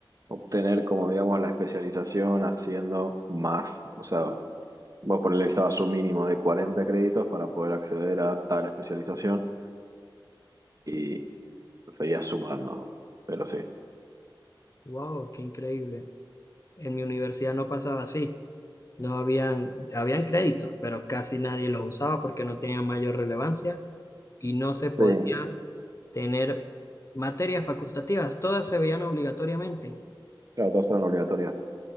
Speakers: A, on the right (about 45°); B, on the left (about 35°).
A: obtener, como digamos, la especialización haciendo más. O sea, vos por ahí necesitabas un mínimo de 40 créditos para poder acceder a tal especialización y seguías sumando. Pero sí.
B: Wow, qué increíble. En mi universidad no pasaba así. No habían, habían créditos, pero casi nadie los usaba porque no tenían mayor relevancia y no se podía
A: Sí,
B: tener materias facultativas, todas se veían obligatoriamente.
A: claro, todas eran obligatorias.